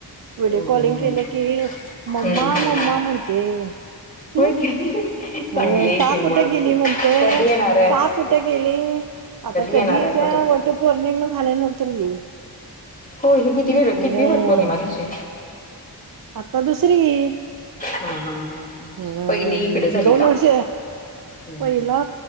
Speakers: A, on the right (about 60°); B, on the left (about 20°).
A: व्हिडिओ
B: हम्म
A: कॉलिंग केलं
B: हम्म
A: की,
B: हम्म
A: मम्मा
B: हम्म
A: मम्मा म्हणते. हम.
B: होय काय चांगली
A: हम्म,
B: आहे
A: ता
B: की मग
A: कुठे गेली म्हणतंय?
B: कधी येणार आहे
A: ता कुठे गेली? आता कधी
B: येणार
A: येते.
B: आहे
A: त्या
B: परत
A: वटपौर्णिमा झाल्यानंतर गेली.
B: होय, ही कितवी
A: हम्म
B: किती वटपौर्णिमा तूझी?
A: आता दुसरी गेली.
B: हा हा हा हा
A: हम्म
B: पहिली इकडं झाली
A: दोन
B: का?
A: वर्ष
B: हम्म
A: पहिला
B: हम्म..